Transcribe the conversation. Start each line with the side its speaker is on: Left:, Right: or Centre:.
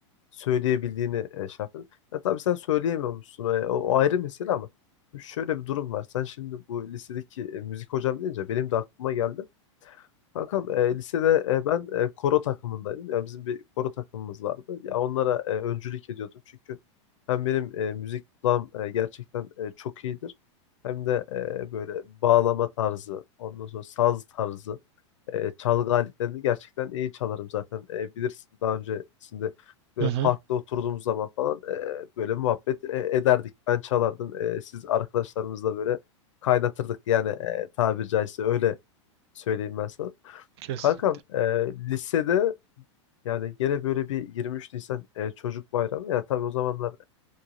Left: söyleyebildiğini e, şey yapıyorum. Ya tabii sen söyleyemiyormuşsun. e, o, o ayrı mesele ama şöyle bir durum var. Sen şimdi bu lisedeki e, müzik hocam deyince benim de aklıma geldi. Kankam e, lisede e, ben e, koro takımındaydım. Yani bizim bir koro takımımız vardı. Ya onlara e, öncülük ediyordum. Çünkü hem benim e, müzik kulağım e, gerçekten e, çok iyidir. Hem de e, böyle bağlama tarzı, ondan sonra saz tarzı, e, çalgı aletlerini gerçekten iyi çalarım zaten. E, bilirsin daha öncesinde böyle
Right: Hı hı,
Left: parkta oturduğumuz zaman falan e, böyle muhabbet e, ederdik. Ben çalardım. E, siz arkadaşlarımızla böyle kaynatırdık yani e, tabiri caizse öyle söyleyeyim ben sana.
Right: kesin.
Left: Kankam e, lisede yani gene böyle bir 23 Nisan e, çocuk bayramı. Ya tabii o zamanlar